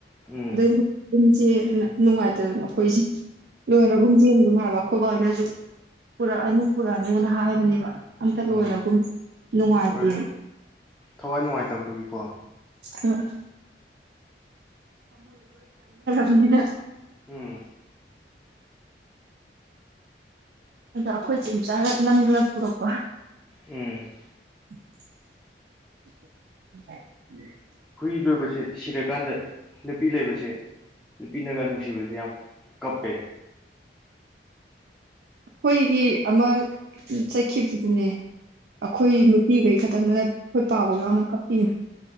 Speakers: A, in the centre; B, on the right.
A: ꯎꯝ
B: ꯑꯗ <unintelligible> ꯅꯨꯡꯉꯥꯏꯇꯗꯅ ꯑꯩꯈꯣꯏꯁꯦ ꯂꯣꯏꯔꯒꯨꯝ ꯌꯦꯟ ꯑꯗꯨꯝ ꯍꯥꯏꯕ ꯑꯩ ꯈꯣꯕ ꯍꯥꯏꯅꯁꯨ ꯄꯨꯔꯛꯑꯅꯨ ꯄꯨꯔꯛꯑꯅꯨꯅ ꯍꯥꯏꯕꯅꯦꯕ ꯑꯝꯇ
A: ꯎꯝ
B: ꯂꯣꯏꯔꯒꯨꯝ ꯅꯨꯡꯉꯥꯏꯇꯦ
A: ꯍꯣꯏ ꯊꯋꯥꯏ ꯅꯨꯡꯉꯥꯏꯇꯕꯗꯨꯒꯤꯀꯣ
B: ꯑꯝ ꯃꯤꯗ
A: ꯎꯝ
B: ꯑꯗ ꯑꯩꯈꯣꯏ ꯆꯦ ꯏꯆꯥꯔ ꯅꯝꯗꯨꯅ ꯄꯨꯔꯛꯄ
A: ꯎꯝ
B: ꯎ <unintelligible>
A: ꯅꯨꯄꯤ ꯂꯣꯏꯕꯁꯦ ꯁꯤꯔꯀꯥꯟꯗ ꯅꯨꯄꯤ ꯂꯩꯕꯁꯦ ꯅꯨꯄꯤꯅꯒ ꯅꯨꯡꯁꯤꯕꯁ ꯌꯥꯝ ꯀꯞꯄꯦ
B: ꯑꯩꯈꯣꯏꯒꯤ ꯑꯃ ꯆꯠꯈꯤꯕꯗꯨꯗꯨꯅꯦ ꯑꯩꯈꯣꯏ ꯅꯨꯄꯤꯈꯩ ꯈꯛꯇꯪꯗꯅ ꯑꯩꯈꯣꯏ ꯄꯥꯐꯧ ꯌꯥꯎꯅ ꯀꯛꯄꯤꯅꯤ